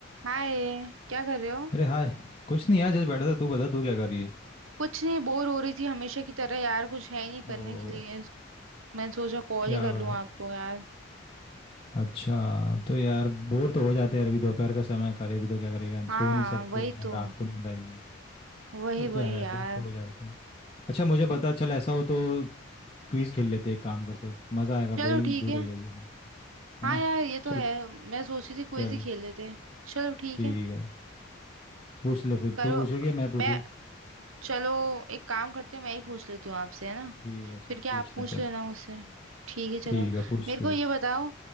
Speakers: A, on the right; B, on the left.
A: हाय क्या कर रहे हो
B: अरे हाय कुछ नहीं यार जस्ट बैठा था तू बता तू क्या कर रही है
A: कुछ नहीं बोर हो रही थी हमेशा की तरह यार कुछ है ही नहीं करने
B: ओ
A: के लिए मैं सोचा कॉल
B: क्या
A: ही कर
B: बात
A: लूं आपको
B: है।
A: यार
B: अच्छा तो यार बोर तो हो जाते हैं यार अभी दोपहर का समय है, करे भी तो क्या करेगा
A: हाँ
B: सो नहीं सकते
A: वही
B: और ना
A: तो
B: रात को नींद आएगी
A: वही
B: वो तो
A: वही
B: है
A: यार
B: बोर तो हो जाते हैं अच्छा मुझे पता चल ऐसा हो तो क्विज खेल लेते हैं, एक काम करते हैं, मज़ा आएगा बोरिंग
A: चलो ठीक
B: दूर
A: है
B: हो जाएगी अपनी, है
A: हाँ
B: ना
A: यार ये तो
B: चल
A: है मैं सोच रही थी क्विज
B: चल
A: ही खेल लेते हैं चलो ठीक
B: ठीक
A: है
B: है पूछ ले फिर
A: करो
B: तू पूछेगी या मैं
A: मैं
B: पूछूं
A: चलो एक काम करते हैं मैं ही पूछ लेती हूँ आपसे है ना
B: ठीक है
A: फिर
B: चल
A: क्या
B: पूछ
A: आप पूछ
B: ले चल
A: लेना मुझसे ठीक है
B: ठीक
A: चलो
B: है पूछ
A: मेरे
B: तू
A: को ये बताओ